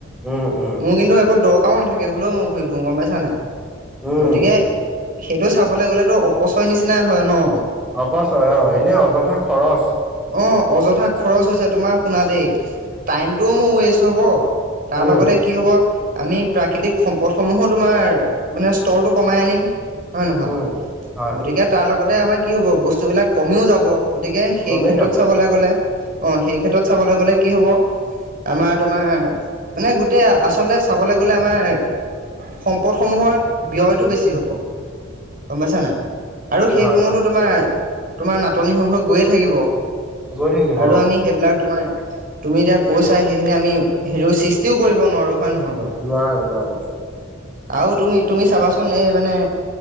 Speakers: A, in the centre; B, on the right.
A: উম উম
B: মোৰ কিন্তু একো দৰকাৰও নাথাকে হ'লেও মই ঘূৰি ফুৰোঁ গম পাইছা নাই
A: উম
B: গতিকে সেইটো চাবলে গ'লেতো অপচয় নিচিনাই হয় ন
A: অপচয় অ এনে অযথা খৰচ
B: অ অযথা খৰচ হৈছে তোমাৰ শুনা দেই টাইমটোও মোৰ ৱেষ্ট হ'ব তাৰ
A: উম
B: লগতে কি হব আমি প্ৰাকৃতিক সম্পদসমূহো তোমাৰ মানে স্তৰটো কমাই আনিম হয় নহয়!
A: উম হয়
B: গতিকে তাৰ লগতে আমাৰ কি হব বস্তুবিলাক কমিও যাব গতিকে সেই
A: কমি
B: ক্ষেত্ৰত
A: যাব
B: চাবলৈ
A: অ
B: গ'লে অ, সেই ক্ষেত্ৰত চাবলৈ গ'লে কি হ'ব আমাৰ তোমাৰ মানে গোটেই আচলতে চাবলৈ গ'লে আমাৰ সম্পদসমূহৰ ব্যয়টো বেছি হ'ব। গম পাইছানে নাই! আৰু সেই
A: হয়
B: সমূহতো
A: হয়
B: তোমাৰ- তোমাৰ নাটনি হৈ হৈ গৈয়ে থাকিব।
A: গৈ থাকিব
B: আৰু
A: অ
B: আমি সেইবিলাক তোমাৰ তুমি এতিয়া কৈছা সেইখিনি আমি হেৰী সৃষ্টিও কৰিব নোৱাৰো হয় নহয় বাৰু!
A: নোৱাৰোঁ, নোৱাৰোঁ।
B: আৰু তুমি, তুমি চাবাচোন এই মানে